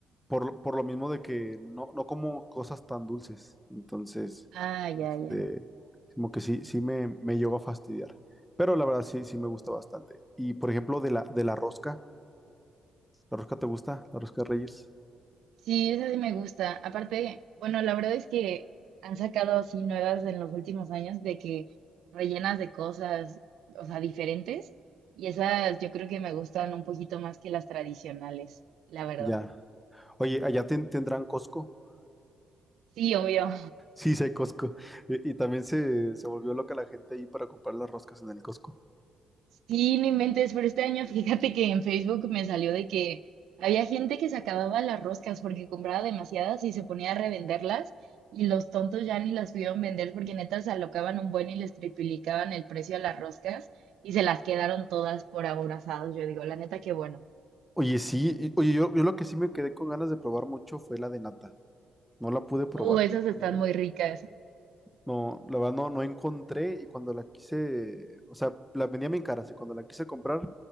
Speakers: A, in the centre; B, on the right.
A: por, lo- por lo mismo de que no, no como cosas tan dulces. Entonces,
B: Ah, ya,
A: este,
B: ya.
A: como que sí, sí me, me llegó a fastidiar. Pero la verdad sí, sí me gusta bastante. Y por ejemplo, de la, de la rosca, ¿la rosca te gusta? ¿La rosca de Reyes?
B: Sí, esa sí me gusta. Aparte, bueno, la verdad es que han sacado así nuevas en los últimos años de que rellenas de cosas, o sea, diferentes. Y esas yo creo que me gustan un poquito más que las tradicionales, la verdad.
A: Ya. Oye, ¿allá ten- tendrán Costco? <laughs>
B: Sí, obvio.
A: Sí, sí hay Costco. Y, y también se, se volvió loca la gente ahí para comprar las roscas en el Costco.
B: Sí, no inventes, pero este año fíjate que en Facebook me salió de que había gente que se acababa las roscas porque compraba demasiadas y se ponía a revenderlas y los tontos ya ni las pudieron vender porque neta se alocaban un buen y les triplicaban el precio a las roscas y se las quedaron todas por aborazados. Yo digo, la neta, qué bueno.
A: Oye, sí, y- oye, yo, yo lo que sí me quedé con ganas de probar mucho fue la de nata. No la pude probar.
B: Uh, esas están
A: No,
B: muy ricas.
A: No, la verdad no, no encontré y cuando la quise, o sea, la vendía bien cara, y cuando la quise comprar